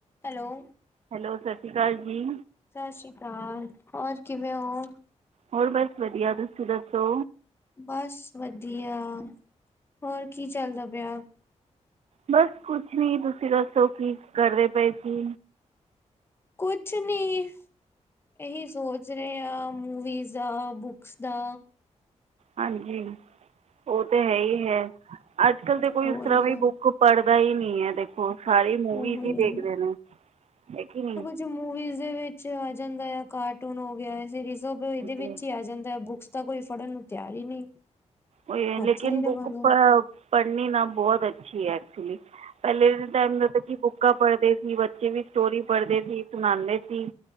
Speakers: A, on the left (about 20°); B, on the right (about 65°).
A: Hello.
B: Hello ਸਤਿ ਸ਼੍ਰੀ ਅਕਾਲ ਜੀ।
A: ਸਤਿ ਸ੍ਰੀ ਅਕਾਲ ਹੋਰ ਕਿਵੇਂ ਓ।
B: ਹੋਰ ਬਸ ਵਧੀਆ ਤੁਸੀਂ ਦੱਸੋ।
A: ਬਸ ਵਧੀਆ ਹੋਰ ਕੀ ਚੱਲਦਾ ਪਿਆ।
B: ਬਸ ਕੁਛ ਨੀਂ, ਤੁਸੀਂ ਦੱਸੋ ਕੀ ਕ ਅਰਦੇ ਪਏ ਸੀ।
A: ਕੁਛ ਨੀਂ। ਇਹੀ ਸੋਚ ਰਹੇ ਆ ਮੂਵੀਜ਼ ਦਾ, ਬੁਕਸ ਦਾ।
B: ਹਾਂਜੀ ਉਹ ਤੇ ਹੈ ਹੀ ਹੈ। ਅੱਜ ਕਲ ਤੇ ਕੋਈ
A: ਹੋ
B: ਉਸ ਤਰ੍ਹਾਂ
A: ਰਹੀਆਂ
B: ਵੀ ਬੁੱਕ ਪੜ੍ਹਦਾ ਹੀ ਨੀ ਹੈ ਦੇਖੋ, ਸਾਰੇ ਮੂਵੀਜ਼
A: ਉਹੀ
B: ਹੀ ਦੇਖਦੇ ਨੇ ਹੈ ਕੀ ਨੀ।
A: ਜ਼ ਮੂਵੀਜ਼ ਦੇ ਵਿੱਚ ਆ ਜਾਂਦਾ ਯਾ ਕਾਰਟੂਨ ਹੋ ਗਿਆ, ਸੀਰੀਜ਼ਬ ਇਹਦੇ
B: ਉਹ
A: ਵਿੱਚ
B: ਤੇ
A: ਹੀ ਆ ਜਾਂਦਾ ਹੈ ਬੁੱਕਸ ਤਾਂ ਕੋਈ ਫੜਨ ਨੂੰ ਤਿਆਰ ਹੀ ਨਹੀਂ।
B: ਓਹੀ ਹੈ
A: ਹੱਥ
B: ਲੇਕਿਨ
A: ਹੀ ਨਹੀਂ
B: ਬੁੱਕ
A: ਲਗਾਉਂਦਾ
B: ਪ ਅ ਪੜ੍ਹਨੀ ਨਾ ਬਹੁਤ ਅੱਛੀ ਹੈ ਐਕਚੁਲੀ। ਪਹਿਲੇ ਦੇ ਟਾਈਮ ਦਾ ਤਾਂ ਕੀ ਬੁ ਕਾ ਪੜ੍ਹਦੇ ਸੀ, ਬੱਚੇ ਵੀ ਸਟੋਰੀ ਪੜ੍ਹਦੇ ਸੀ, ਸੁਣਾਉਂਦੇ ਸੀ